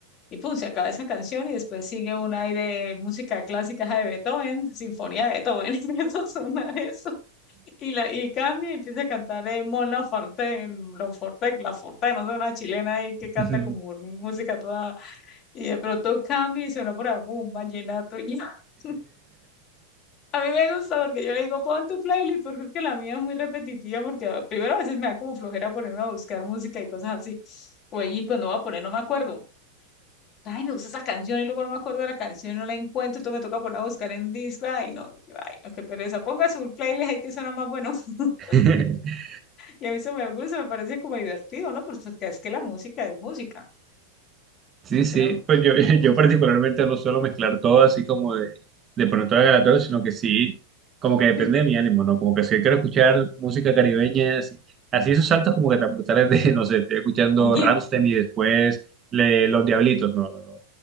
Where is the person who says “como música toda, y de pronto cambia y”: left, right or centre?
Left